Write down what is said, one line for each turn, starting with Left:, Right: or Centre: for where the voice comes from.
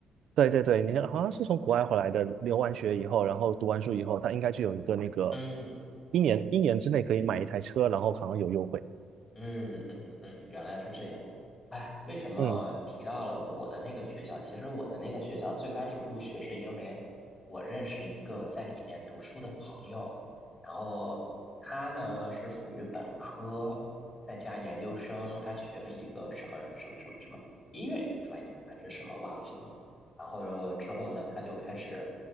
Right: 对对对，你看好像是从国外回来的，留完学以后，然后读完书以后，他应该就有一个那个
Left: 嗯。
Right: 一年一年之内可以买一台车，然后好像有优惠。
Left: 嗯嗯嗯，原来是这样。哎，为什么提到了我的那个学校？
Right: 嗯
Left: 其实我的那个学校最开始入学是因为我认识一个在里面读书的朋友，然后他呢是属于本科，再加研究生，他学了一个什么什么什么什么音乐的专业还是什么忘记了。然后之后呢，他就开始